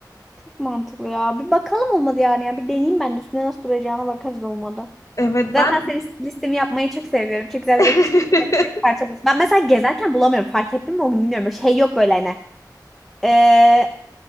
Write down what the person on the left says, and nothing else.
Evet
ben
<laughs>